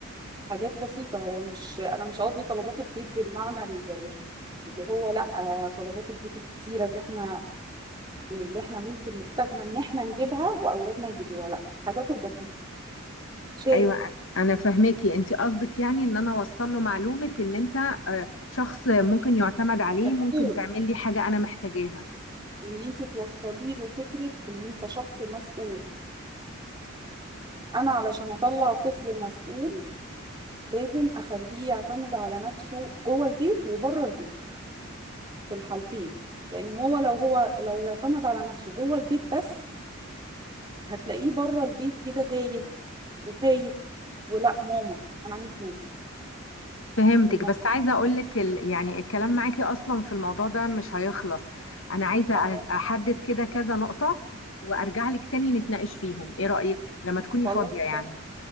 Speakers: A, on the right (about 20°); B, on the left (about 70°).
A: حاجات بسيطة هو مش أنا مش قصدي طلبات البيت بالمعنى ال- اللي هو لأ طلبات البيت الكتيرة اللي إحنا اللي إحنا ممكن نستغنى إن إحنا نجيبها وأولادنا يجيبوها لأ الحاجات البسيطة شاي
B: ايوه انا فهماكي انت قصدك يعني ان انا اوصل له معلومه ان انت آه، شخص ممكن يعتمد عليه
A: مسؤول
B: ممكن تعمل لي حاجه انا محتاجاها
A: إن أنت توصلي له فكرة إن أنت شخص مسؤول أنا علشان أطلع طفل مسؤول لازم أخليه يعتمد على نفسه جوه البيت وبره البيت في الحالتين لان هو لو هو لو اعتمد على نفسه جوه البيت بس هتلاقيه بره البيت كده تايه وخايف ولا ماما انا عايز ماما
B: فهمتك
A: في المطبخ
B: بس عايزة أقولك ال... يعني الكلام معاكي أصلا في الموضوع ده مش هيخلص أنا عايزة
A: آه،
B: أ- أحدد كده كذا نقطة وأرجع لك تاني نتناقش فيهم إيه رأيك لما تكوني
A: خلاص
B: فاضية يعني
A: تمام